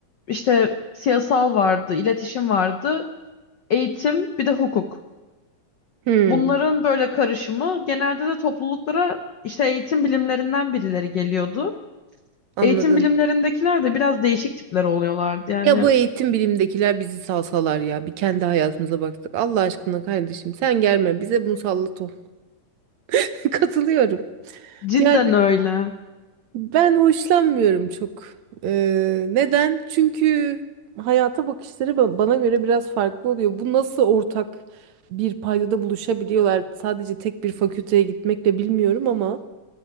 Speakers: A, on the left; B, on the right.
A: işte siyasal vardı, iletişim vardı, eğitim bir de hukuk.
B: Hı,
A: Bunların böyle karışımı genelde de topluluklara işte eğitim bilimlerinden birileri geliyordu.
B: anladım.
A: Eğitim bilimlerindekiler de biraz değişik tipler oluyorlardı. Yani
B: Ya bu eğitim bilimdekiler bizi salsalar ya. Bir kendi hayatımıza baktık. Allah aşkına kardeşim sen gelme. Bize musallat ol. <laughs> Katılıyorum.
A: cidden
B: Yani
A: öyle.
B: ben hoşlanmıyorum çok. Ee, neden? Çünkü hayata bakışları ba- bana göre biraz farklı oluyor. Bu nasıl ortak bir paydada buluşabiliyorlar? Sadece tek bir fakülteye gitmekle bilmiyorum ama.